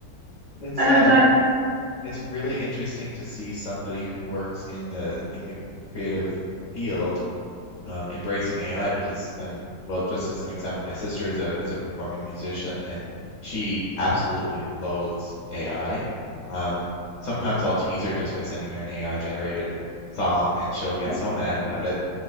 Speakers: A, on the left; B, on the right.
A: It's
B: as
A: um
B: I
A: it's really interesting to see somebody who works in the in the creative field um, embracing AI because, um, well, just as an example, my sister is a is a performing musician and she absolutely loathes AI. Um, sometimes I'll tease her just by sending her an AI generated song, and she'll get
B: uh,
A: so mad about it